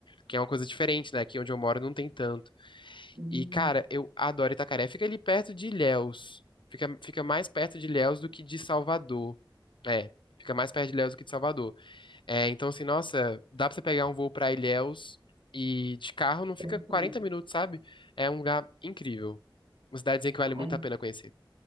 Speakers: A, on the left; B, on the right.
A: que é uma coisa diferente, né? Aqui onde eu moro não tem tanto.
B: Hum,
A: E cara, eu adoro Itacaré. Fica ali perto de Ilhéus. Fica, fica mais perto de Ilhéus do que de Salvador. É, fica mais perto de Ilhéus do que de Salvador. É, então, assim, nossa, dá pra você pegar um voo pra Ilhéus e de carro não fica
B: deve
A: 40
B: ser. legal.
A: minutos, sabe? É um lugar incrível. Uma cidadezinha que vale muito
B: Aí,
A: a pena conhecer.